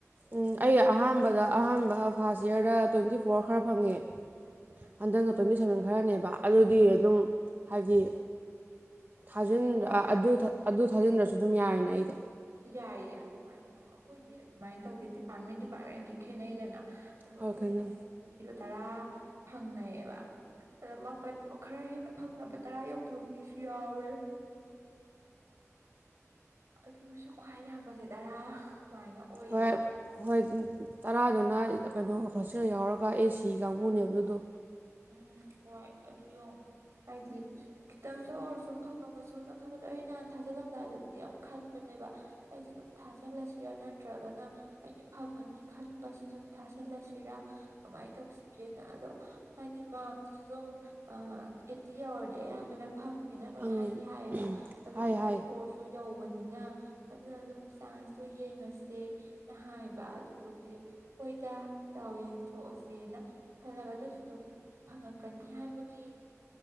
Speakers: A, on the right (about 40°); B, on the right (about 65°).
A: ꯎꯝ ꯑꯩꯒꯤ ꯑꯍꯥꯟꯕꯗ ꯑꯍꯥꯟꯕ ꯐꯥꯔꯥꯁ ꯌꯔꯗ ꯇ꯭ꯋꯦꯟꯇꯤ ꯐꯣꯔ ꯈꯔ ꯐꯪꯉꯦ ꯍꯟꯗꯛꯅ ꯇ꯭ꯋꯦꯟꯇꯤ ꯁꯕꯦꯟ ꯈ ꯈꯔꯅꯦꯕ ꯑꯗꯨꯗꯤ ꯑꯗꯨꯝ ꯍꯥꯏꯗꯤ ꯊꯥꯖꯤꯟꯕ꯭ꯔ
B: ꯍꯣꯏ
A: ꯊꯥꯖꯤꯟꯔꯁꯨ ꯑꯗꯨꯝ ꯌꯥꯔꯅꯦ ꯑꯩꯁꯦ
B: ꯌꯥꯏꯌꯦ ꯑꯗꯨꯃꯥꯏꯅ ꯐꯪꯉ ꯑꯩꯈꯣꯏꯗꯤ ꯑꯗꯨꯃꯥꯏꯅ ꯇꯧꯗꯦ ꯗꯤꯄꯥꯔꯠꯃꯦꯟ ꯗꯤꯄꯥꯔꯠꯃꯦꯟꯒꯤ ꯈꯦꯠꯅꯩꯗꯅ ꯑꯗꯣ ꯑꯩꯈꯣꯏꯅ
A: ꯍꯣꯏ ꯀꯩꯅꯣ
B: ꯑꯃꯨꯛ ꯍꯧꯖꯤꯛꯀꯤ ꯇꯔꯥ ꯐꯪꯅꯩꯌꯦꯕ ꯑꯗ ꯃꯥꯄꯜ ꯈꯔ ꯍꯦꯟꯅ ꯐꯪꯅꯕ ꯇꯔꯥ ꯌꯧꯗꯕ ꯃꯤꯁꯨ ꯌꯥꯎꯋꯦ ꯑꯗꯨꯁꯨ ꯈ꯭ꯋꯥꯏ ꯌꯥꯝꯕꯁꯦ ꯇꯔꯥ ꯁꯨꯃꯥꯏꯅ ꯑꯣꯏꯌꯦꯕ
A: ꯍꯣꯏ ꯍꯣꯏ ꯇꯔꯥꯗꯨꯅ ꯀꯩꯅꯣ ꯍꯣꯁꯇꯦꯜ ꯌꯥꯎꯔꯒ ꯑꯦ ꯁꯤ ꯀꯥꯡꯕꯨꯅꯦꯕ ꯑꯗꯨꯗꯣ
B: ꯎꯝ ꯍꯣꯏ ꯑꯗꯨ ꯌꯣꯡ ꯑꯩꯗꯤ ꯈꯤꯇꯪꯗ ꯑꯣꯏꯔꯁꯨ ꯐꯪꯉꯝꯃꯁꯨ ꯅ ꯈꯟꯕꯗꯣ ꯑꯩꯅ ꯊꯥꯖꯤꯜꯂꯝꯗꯥꯏꯗꯕꯨꯗꯤ ꯌꯥꯝ ꯈꯟꯕꯅꯦꯕ ꯑꯩꯁꯦ ꯑꯗꯨꯝ ꯊꯥꯖꯤꯜꯂꯁꯤꯔ ꯅ ꯅꯠꯇ꯭ꯔꯒꯅ ꯑꯩꯒꯤ ꯐꯪꯉꯅꯤ ꯈꯟꯕꯁꯤ ꯁꯨꯝ ꯊꯥꯥꯁꯜꯂꯁꯤꯔ ꯀꯃꯥꯏꯅ ꯇꯧꯁꯤꯒꯦꯅ ꯑꯗꯣ ꯍꯥꯏꯗꯤ ꯃꯥꯛꯇꯨꯁꯨ ꯑꯗꯨꯝ ꯑꯩꯠꯇꯤ ꯌꯥꯎꯔꯗꯤ ꯑꯌꯥꯝꯕꯅ ꯐꯪꯉꯦꯅ ꯅꯣꯏ
A: ꯈꯪꯉꯦ
B: ꯍꯥꯏꯗꯤ ꯍꯥꯏꯌꯦꯕ ꯑꯗꯨ
A: ꯍꯥꯏ
B: ꯑꯩꯠꯇꯤ
A: ꯍꯥꯏ
B: ꯐꯣꯔꯁꯨ ꯌꯧꯕ ꯅꯤꯅ ꯑꯗꯨꯗ ꯑꯗꯨꯝ ꯆꯥꯟꯁꯇꯣ ꯌꯦꯡ ꯌꯦꯡꯉꯁꯦ ꯅ ꯍꯥꯏꯕ ꯑꯗꯨꯗꯨꯒꯤ ꯍꯣꯏꯗ ꯗꯥꯎ ꯌꯦꯡꯊꯣꯛꯑꯁꯦꯅ ꯈꯜꯂꯒ ꯑꯗꯨꯁꯨ ꯑꯗꯨꯝ ꯐꯪꯉꯛꯀꯅꯤ ꯍꯥꯏꯕꯒꯤ